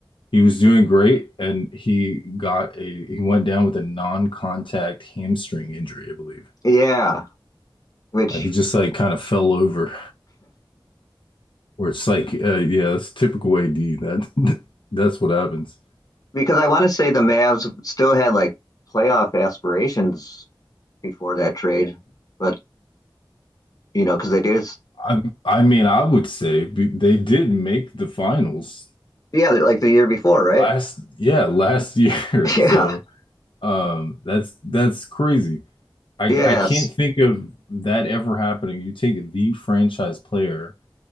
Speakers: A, on the left; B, on the left.
A: He was doing great, and he got a he went down with a non-contact hamstring injury, I believe.
B: Yeah, which
A: Like he just like kind of fell over, or it's like, uh, yeah, it's typical AD. That <laughs> that's what happens.
B: because I want to say the Mavs still had like playoff aspirations before that trade, but you know because they did
A: I I mean, I would say be- they did make the finals
B: yeah like the year before, right?
A: last,
B: <laughs>
A: yeah, last year.
B: Yeah,
A: <laughs> So um, that's that's crazy. I
B: yes.
A: I can't think of that ever happening. You take the franchise player